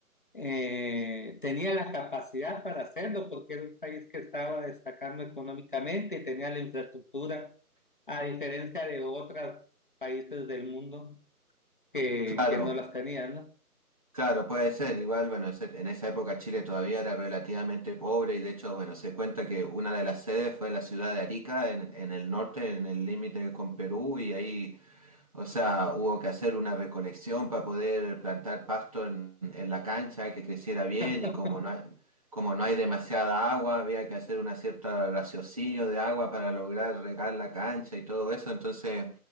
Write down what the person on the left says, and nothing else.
eh, tenía la capacidad para hacerlo, porque era un país que estaba destacando económicamente y tenía la infraestructura, a diferencia de otros países del mundo que,
que no las tenían, ¿no?
<laughs>